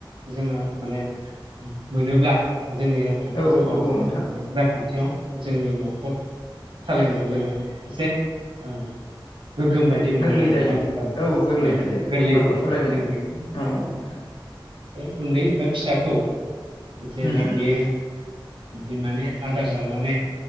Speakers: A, on the right; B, on the left.
A: जोङो माने मोनोब्ला जोंनि रां रांखान्थि
B: औ नोंथां औ
A: जौगानाय
B: औ औ नोंथां
A: रांखान्थियाव जोंनि न'खर सालायनायाव जोङो एसे गोगोम बायदि बिदि मोनो
B: गोरलै
A: आरो
B: जायो
A: ना होनबा नों
B: औ गोरलै
A: औ
B: जायो
A: गोरलै
B: न'खर
A: जायो
B: सालायनायाव
A: जों बेखौ
B: औ नोंथां
A: बे उन्दै बा फिसाखौ जेब्ला
B: उम उम
A: बेयो बेमाने आदार जानानै